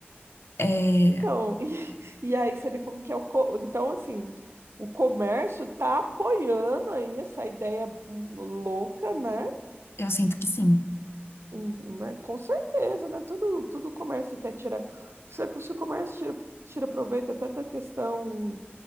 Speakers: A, on the left (about 70°); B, on the right (about 80°).
A: É,
B: então, <laughs> e, e aí você vê como que é o, co- então assim, o comércio tá apoiando aí essa ideia louca, né?
A: eu sinto que sim.
B: Uhum, né? Com certeza, né? Tudo, tudo comércio quer tirar. Se, se o comércio tira, tira proveito até da questão